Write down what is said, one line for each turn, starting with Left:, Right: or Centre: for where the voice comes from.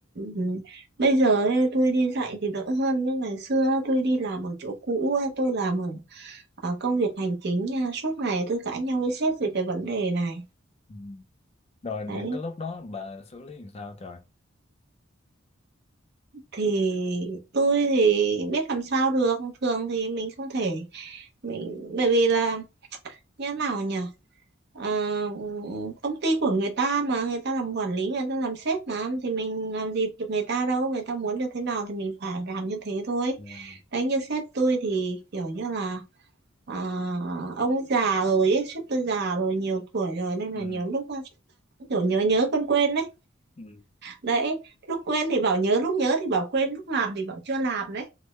Right: ừ, bây giờ ấy, tôi đi dạy thì đỡ hơn nhưng ngày xưa tôi đi làm ở chỗ cũ á, tôi làm ở, ở công việc hành chính nha suốt ngày tôi cãi nhau với sếp về cái vấn đề này
Left: ừ. rồi
Right: đấy
Left: những cái lúc đó bà xử lý làm sao trời
Right: thì tôi thì biết làm sao được thường thì mình không thể mình bởi vì là như thế nào nhỉ à, công ty của người ta mà người ta làm quản lý người ta làm sếp mà thì mình làm gì được người ta đâu người ta muốn được thế nào thì mình phải làm như thế thôi
Left: ừ.
Right: đấy như sếp tôi thì kiểu như là à, ông già rồi ấy, sếp tôi già rồi nhiều tuổi rồi nên
Left: Ừ.
Right: là nhiều lúc kiểu nhớ nhớ quên quên đấy
Left: Ừ.
Right: đấy lúc quên thì bảo nhớ lúc nhớ thì bảo quên lúc làm thì bảo chưa làm đấy